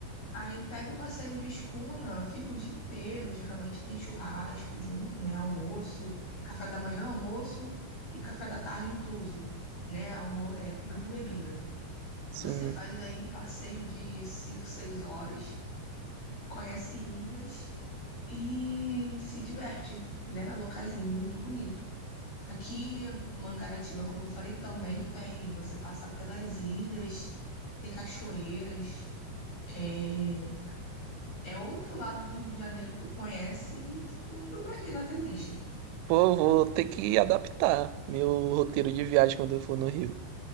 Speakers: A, on the left; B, on the right.
A: Aí eu pego o passeio de escuna, fico o dia inteiro. Geralmente tem churrasco junto, né? Almoço, é café da manhã, almoço e café da tarde incluso, né? Almo é comida e bebida.
B: sim.
A: Você faz aí um passeio de 5 6 horas, conhece ilhas e se diverte, né? Locais muito bonitos. Aqui, Mangaratiba, como eu falei, também tem. Você passa pelas ilhas, tem cachoeiras. É, é outro lado do Rio de Janeiro que tu conhece e que tu não imagina que existe.
B: Pô, eu vou ter que adaptar meu roteiro de viagem quando eu for no Rio.